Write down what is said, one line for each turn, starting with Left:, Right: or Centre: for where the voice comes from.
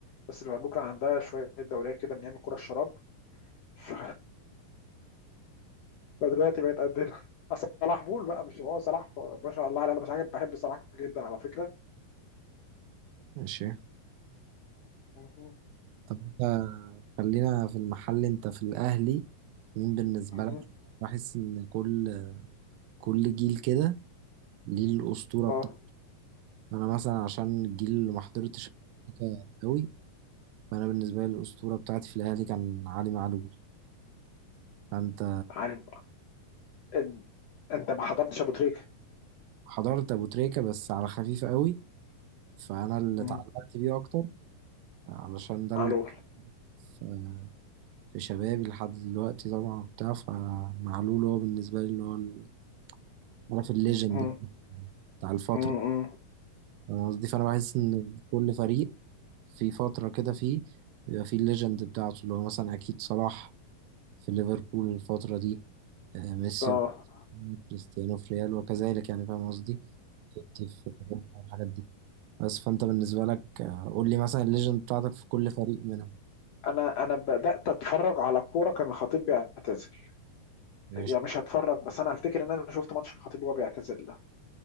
Left: بس ليفربول كان عندها شويه دوريات كده من ايام الكره الشراب <laughs> ف- فدلوقتي بقت قدنا أصل صلاح بول بقى مش هو صلاح ما شاء الله عليه انا بس حاجه بحب صلاح جدا على فكره
Right: ماشي
Left: مهم.
Right: طب انت خلينا في المحل انت في الاهلي مين بالنسبه
Left: مهم.
Right: لك بحس ان كل كل جيل كده ليه الاسطوره
Left: اه
Right: بتاعته انا مثلا عشان الجيل اللي ما حضرتش أمريكا قوي فانا بالنسبه لي الاسطوره بتاعتي في الاهلي كان علي معلول فانت
Left: عالم إن- انت ما حضرتش ابو تريكه
Right: حضرت ابو تريكه بس على خفيف قوي فانا اللي
Left: مهم.
Right: اتعلقت بيه اكتر علشان ده
Left: معلول
Right: اللي في في شبابي لحد دلوقتي طبعا بتاع فمعلول هو بالنسبه لي اللي هو ال- عارف الليجند
Left: مهم.
Right: بتاع الفتره
Left: مهم.
Right: فاهم قصدي فانا بحس ان كل فريق في فترة كده فيه بيبقى فيه الليجند بتاعته اللي هو مثلا اكيد صلاح في ليفربول الفترة دي آه، ميسي
Left: اه
Right: كريستيانو في ريال وكذلك يعني فاهم قصدي توتي في برشلونة والحاجات دي بس فانت بالنسبة لك آه، قول لي مثلا الليجند بتاعتك في كل فريق منهم
Left: انا انا بدات اتفرج على كوره كان الخطيب بيعتزل
Right: ماشي
Left: يعني مش هتفرج بس انا هفتكر ان انا شفت ماتش الخطيب وهو بيعتزل ده